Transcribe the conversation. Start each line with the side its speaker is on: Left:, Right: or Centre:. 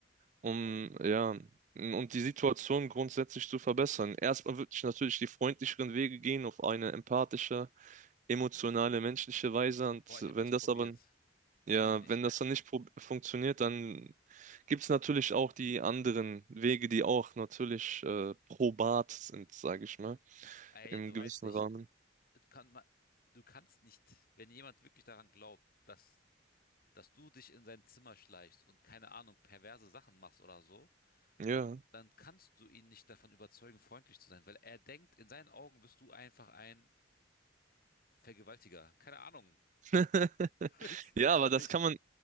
Right: um ja und die Situation grundsätzlich zu verbessern. Erstmal würde ich natürlich die freundlicheren Wege gehen auf eine empathische emotionale, menschliche Weise. Und
Left: Boah, ich
Right: wenn
Left: habe das so
Right: das
Left: probiert.
Right: aber,
Left: Es
Right: ja,
Left: Ja, ging nicht.
Right: wenn
Left: ich Weil,
Right: das dann nicht prob- funktioniert, dann gibt es natürlich auch die anderen Wege, die auch natürlich äh, probat sind, sage ich mal,
Left: ey,
Right: im
Left: du weißt
Right: gewissen
Left: nicht,
Right: Rahmen.
Left: das kann man, du kannst nicht, wenn jemand wirklich daran glaubt, dass, dass du dich in sein Zimmer schleichst und keine Ahnung, perverse Sachen machst oder so,
Right: Ja.
Left: dann kannst du ihn nicht davon überzeugen, freundlich zu sein, weil er denkt, in seinen Augen bist du einfach ein Vergewaltiger. Keine Ahnung.
Right: <laughs>
Left: Das kann
Right: Ja, aber
Left: man
Right: das
Left: nicht.
Right: kann man.